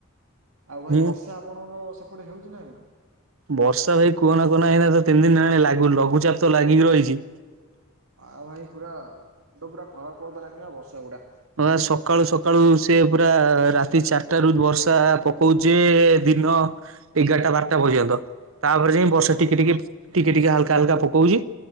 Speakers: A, on the right; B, on the right.
A: ଆଉ ଭାଇ
B: ମୁଁ
A: ବର୍ଷା ଆପଣଙ୍କ‌ ସେପଟେ ହେଉଛି ନା ନାହିଁ।
B: ବର୍ଷା ଭାଇ କୁହନା କୁହନା ଏଇନା ତ ତିନି ଦିନ ହେଲାଣି ଲାଗୁ ଲଘୁଚାପ ତ ଲାଗିକି ରହିଛି।
A: ଆଉ ଭାଇ ପୁରା ମୁଣ୍ଡ ପୁରା ଖରାପ କରିଦେଲାଣିି ଯେ ବର୍ଷା ଗୁଡା।
B: ହଁ ସକାଳୁ ସକାଳୁ ସେ ପୁରା ରାତି ଚାରି। ଟା ରୁ ବର୍ଷା ପକଉଛି ଯେ ଦିନ ଏଗାରଟା ବାରଟା ପର୍ଯ୍ୟନ୍ତ ତାପରେ ଯାଇ। ବର୍ଷା
A: ହଁ
B: ଟିକେ
A: ଭାଇ
B: ଟିକେ। ଟିକେ ଟିକେ ହାଲକା ହାଲକା ପକଉଚି